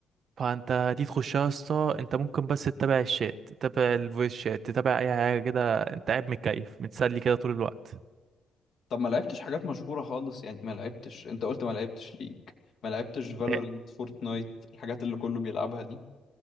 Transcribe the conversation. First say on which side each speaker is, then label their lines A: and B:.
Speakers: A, on the right; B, on the left.
A: فانت دي تخشها يا اسطى انت ممكن بس تتابع الشات تتابع الفويس شات تتابع اي حاجه كده انت قاعد متكيف متسلي كده طول الوقت
B: طب ما لعبتش حاجات مشهورة خالص يعني ما لعبتش انت قلت ما لعبتش ليج ما لعبتش فالورنت
A: لا-
B: فورتنايت الحاجات اللي كله بيلعبها دي